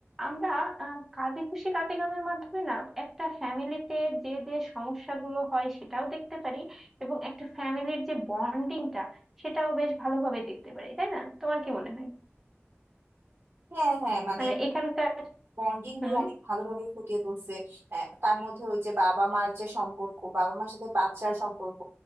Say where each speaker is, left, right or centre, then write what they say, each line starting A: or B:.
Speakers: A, in the centre; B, on the right.
A: আমরা আহ, কাবি খুশি কাবিগামের মাধ্যমে না একটা ফ্যামিলিতে যে যে সমস্যাগুলো হয় সেটাও দেখতে পারি এবং একটা ফ্যামিলির যে বন্ডিংটা সেটাও বেশ ভালোভাবে দেখতে পারি তাই না তোমার কি মনে হয়
B: হ্যাঁ হ্যাঁ মানে
A: মানে এখানকার
B: বন্ডিং
A: হুম
B: গুলো অনেক ভালোভাবে ফুটিয়ে তুলছে আহ, তার মধ্যে ওই যে বাবা মার যে সম্পর্ক বাবা মার সাথে বাচ্চার সম্পর্ক